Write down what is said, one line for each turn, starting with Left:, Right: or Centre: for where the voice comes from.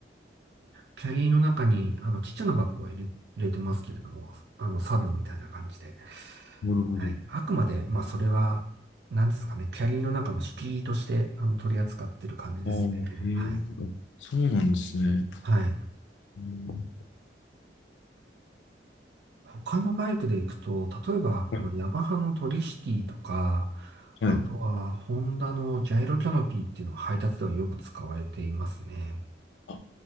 Right: キャリーの中に、あの、ちっちゃなバッグは入れ、入れてますけれども、あの、サブみたいな感じで。
Left: なるほど。
Right: はい。あくまで、まあ、それは、なんですかね、キャリーの中の敷居として、あの、取り扱ってる感じですね。
Left: ああ、へえ。
Right: はい。
Left: あそうなんですね。
Right: はい。
Left: うん
Right: 他のバイクで行くと、例えば、
Left: はい。
Right: あの、ヤマハのトリシティとか、
Left: はい。
Right: あとは、ホンダのジャイロキャノピーっていうのが配達ではよく使われていますね。
Left: あ、